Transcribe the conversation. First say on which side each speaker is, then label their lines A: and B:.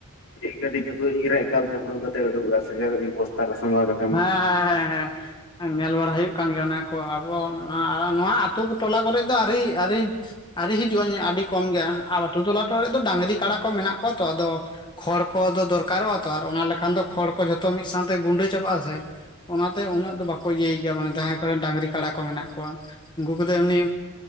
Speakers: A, on the left; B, on the left.
A: ᱤᱜ ᱜᱟᱹᱰᱤ ᱛᱮᱠᱚ ᱤᱨᱟ ᱮᱠᱟᱞᱛᱮ ᱦᱩᱲᱩ ᱠᱟᱛᱮ ᱩᱰᱩᱠᱚᱜᱼᱟ ᱥᱮ ᱵᱚᱥᱛᱟ ᱨᱮ ᱥᱚᱸᱟᱣ ᱠᱟᱛᱮ
B: ᱦᱮᱸ ᱦᱮᱸ ᱦᱮᱸ ᱦᱮᱸ, ᱧᱮᱞ ᱵᱟᱲᱟ ᱦᱩᱭᱩᱜ ᱠᱟᱱ ᱜᱮᱭᱟ ᱚᱱᱟ ᱠᱚ ᱟᱵᱚ ᱱᱚᱣᱟ ᱟᱹᱛᱩ ᱴᱚᱞᱟ ᱠᱚᱨᱮ ᱫᱚ ᱟᱹᱨᱤ ᱟᱹᱨᱤ ᱟᱨᱤ ᱦᱤᱡᱩᱜ ᱟᱹᱧ ᱟᱹᱰᱤ ᱠᱚᱢ ᱜᱮᱭᱟ ᱟᱨ ᱟᱛᱩ ᱴᱚᱞᱟ ᱴᱚᱨᱮ ᱫᱚ ᱰᱟᱹᱟᱝᱨᱤ ᱠᱟᱰᱟ ᱠᱚ ᱢᱮᱱᱟᱜ ᱠᱚᱣᱟ ᱛᱚ, ᱟᱫᱚ ᱠᱷᱚᱲ ᱠᱚᱫᱚ ᱫᱚᱨᱠᱟᱨᱚᱜᱼᱟ ᱛᱚ, ᱟᱨ ᱚᱱᱟ ᱞᱮᱠᱷᱟᱱ ᱫᱚ ᱠᱷᱚᱲ ᱠᱚ ᱡᱷᱚᱛᱚ ᱢᱤᱫ ᱥᱟᱶᱛᱮ ᱜᱩᱸᱰᱟᱹᱭ ᱪᱟᱵᱟᱜᱼᱟ ᱥᱮᱮ ᱚᱱᱟᱛᱮ ᱩᱱᱟᱹᱜ ᱫᱚ ᱵᱟᱠᱚ ᱤᱭᱟᱹᱭ ᱜᱮᱭᱟ ᱢᱟᱱᱮ ᱡᱟᱦᱟᱸᱭ ᱠᱚᱨᱮᱱ ᱰᱟᱝᱨᱤ ᱠᱟᱰᱟ ᱠᱚ ᱢᱮᱱᱟᱜ ᱠᱚᱣᱟ ᱾ ᱩᱱᱠᱩ ᱠᱚᱫᱚ ᱮᱢᱱᱤ